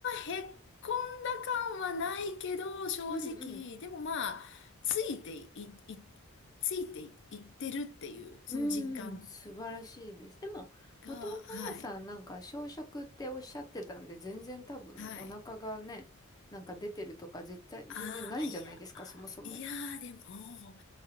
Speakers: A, on the left; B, on the left.
A: へっこんだ感はないけど、正直、
B: うんうん。
A: でもまあ、ついてい、い、ついてい、いってるっていう、その実感
B: うんうん、素晴らしいです。でも、
A: が、
B: もともとあやさんなんか小食っておっしゃってたんで、
A: はい、
B: 全然多分お腹がね、
A: はい。
B: なんか出てるとか絶対、
A: ああ、
B: 全然ないんじゃないですか、
A: いや、あーいやー、
B: そもそも。
A: でも、